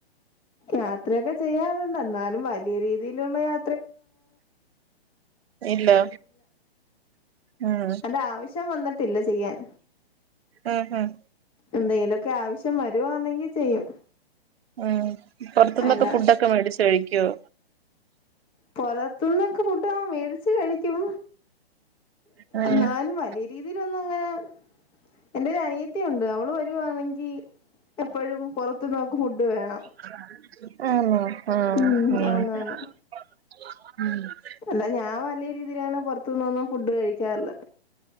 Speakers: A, on the left; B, on the right.
A: യാത്രയൊക്കെ ചെയ്യാറുണ്ട് എന്നാലും വലിയ രീതിയിലുള്ള യാ
B: ഇല്ല ഉം
A: അതിന്റെ ആവശ്യം വന്നിട്ടില്ല ചെയ്യാൻ
B: ഉം ഉം
A: എന്തെങ്കിലൊക്കെ ആവശ്യം വരുവാന്നെങ്കി ചെയ്യും
B: ഉം പൊറത്തുന്നൊക്കെ
A: അല്ല
B: ഫുഡൊക്കെ മേടിച്ച് കഴിക്കുവോ
A: പൊറത്തുന്നൊക്കെ ഫുഡ് ആ മേടിച്ചു കഴിക്കും
B: ആണോ
A: എന്നാലും വലിയ രീതിയിലൊന്നും അങ്ങനെ എന്റെ ഒരു അനിയത്തി ഒണ്ട് അവള് വരുവാണെങ്കി എപ്പഴും പൊറത്ത്ന്ന് അവക്ക് ഫുഡ് വേണം
B: അങ്ങനെ ആ
A: ഉം
B: ങ്ങീ
A: ആന്നാന്ന്
B: മ്
A: അല്ല ഞാൻ വലിയ രീതിയിലങ്ങനെ പൊറത്ത് ന്നൊന്നും ഫുഡ് കഴിക്കാറില്ല